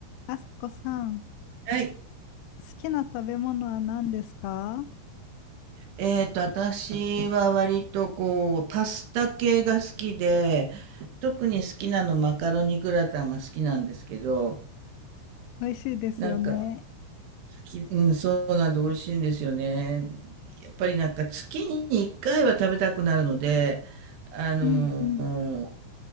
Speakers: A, on the left; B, on the right.
A: あさこさん、好
B: はい。
A: きな食べ物は何ですか
B: えっと、私は割とこう、パスタ系が好きで、特に好きなのマカロニグラタンが好きなんですけど、
A: 美味しいですよね。
B: なんか、好き、うん、そうなんで美味しいんですよね。やっぱりなんか月に1回は食べたくなるので、あの
A: うんうん。